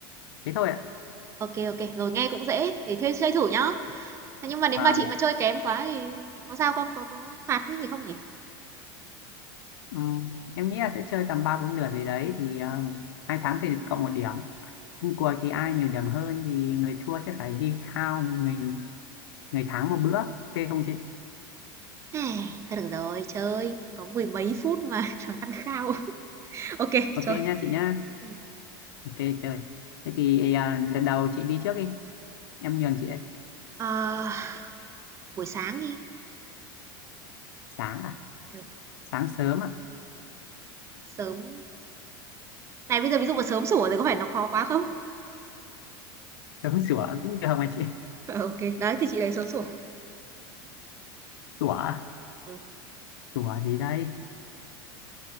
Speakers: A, on the left; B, on the right.
A: thế thôi ạ
B: Ok ok, rồi nghe cũng dễ, để thuê chơi thử nhá. Thế Nhưng mà nếu
A: Và
B: mà chị mà chơi kém quá thì có sao không? Có có phạt cái gì không nhỉ?
A: Ừ, em nghĩ là sẽ chơi tầm ba bốn lượt gì đấy thì um, hai tháng sẽ được cộng một điểm chung cuộc thì ai nhiều điểm hơn thì người thua sẽ phải đi khao người người thắng một bữa ok không chị
B: Ai, thôi được rồi, chơi có mười mấy phút mà <laughs> rồi ăn khao. Ok,
A: ok
B: chơi.
A: nha chị nhá
B: ừ
A: ok chơi thế thì à, lần đầu chị đi trước đi em nhường chị ấy.
B: Ờ, buổi sáng đi.
A: sáng à
B: Ờ,
A: sáng sớm à
B: sớm này bây giờ ví dụ mà sớm sủa thì có phải nó khó quá không?
A: đúng sủa cũng được mà chị
B: Ờ, ô đấy, thì chị lấy sớm sủa.
A: sủa à?
B: Ừ,
A: sủa gì đây